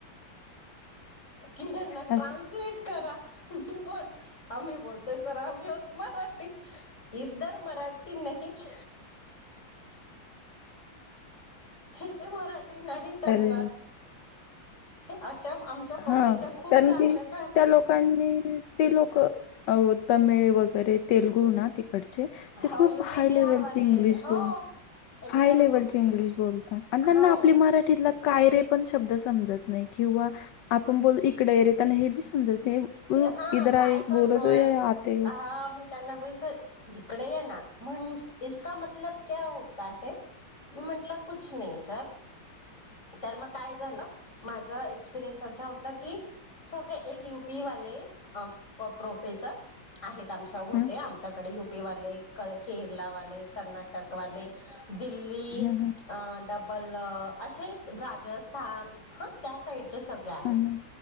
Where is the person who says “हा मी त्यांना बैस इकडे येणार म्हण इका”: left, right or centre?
Left